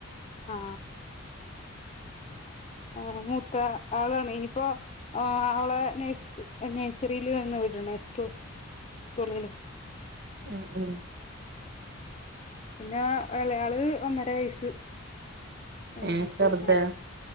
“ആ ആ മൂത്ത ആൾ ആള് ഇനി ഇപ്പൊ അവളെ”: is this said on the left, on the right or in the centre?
Left